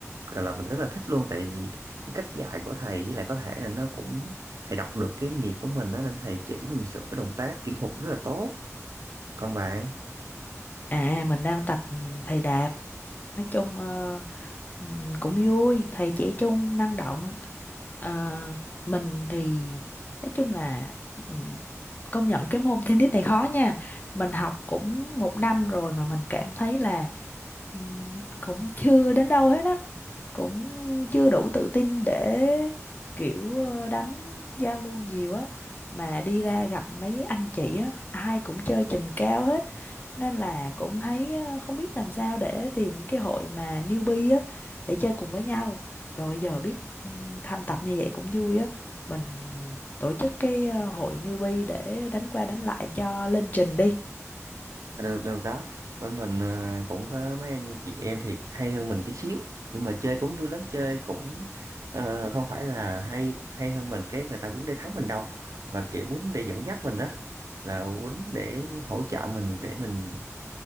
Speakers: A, on the right; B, on the left.
A: gọi là mình rất là thích luôn tại vì cái cách dạy của thầy với lại có thể là nó cũng thầy đọc được cái nhịp của mình đó nên thầy chỉ mình sửa động tác kỹ thuật rất là tốt còn bạn
B: À, mình đang tập ừ, thầy Đạt. Nói chung ờ, ừ, cũng vui, thầy trẻ trung, năng động Ờ, mình thì nói chung là ừm, công nhận cái môn tennis này khó nha. Mình học cũng một năm rồi mà mình cảm thấy là ừm, cũng chưa đến đâu hết á cũng chưa đủ tự tin để kiểu ờ, đánh giao lưu nhiều á mà đi ra gặp mấy anh chị á ai cũng chơi trình cao hết nên là cũng thấy ờ, không biết làm sao để tìm những cái hội mà newbie á để chơi cùng với nhau trời ơi, giờ biết ừ, thanh tập như vậy cũng vui á mình tổ chức cái ờ, hội newbie để đánh qua đánh lại cho lên trình đi
A: được được đó bên mình à, cũng có mấy anh chị em thì hay hơn mình tí xíu nhưng mà chơi cũng vui lắm chơi cũng ờ, không phải là hay hay hơn mình cái người ta quýnh để thắng mình đâu mà kiểu quýnh để dẫn dắt mình á là quýnh để hỗ trợ mình để mình